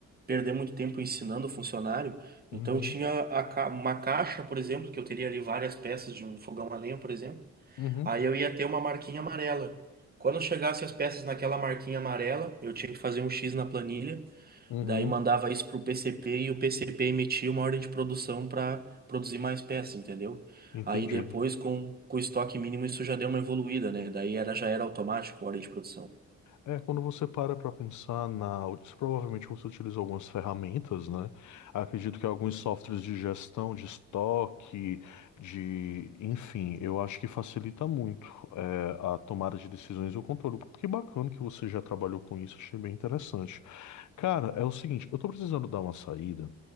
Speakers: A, on the right (about 30°); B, on the left (about 75°).
A: perder muito tempo ensinando o funcionário, então
B: Uhum,
A: tinha a ca- uma caixa, por exemplo, que eu teria ali várias peças de um fogão a lenha, por exemplo.
B: uhum,
A: Aí eu ia ter uma marquinha amarela. Quando chegasse as peças naquela marquinha amarela, eu tinha que fazer um X na planilha,
B: uhum.
A: e daí mandava isso pro PCP e o PCP emitia uma ordem de produção para produzir mais peças, entendeu?
B: Entendido.
A: Aí depois, com, com o estoque mínimo, isso já deu uma evoluída, né? Daí era, já era automático a ordem de produção.
B: É, quando você para para pensar na. Isso provavelmente você utiliza algumas ferramentas, né? Acredito que alguns softwares de gestão, de estoque, de. Enfim, eu acho que facilita muito é, a tomada de decisões e o controle. Que bacana que você já trabalhou com isso, achei bem interessante. Cara, é o seguinte, eu tô precisando dar uma saída,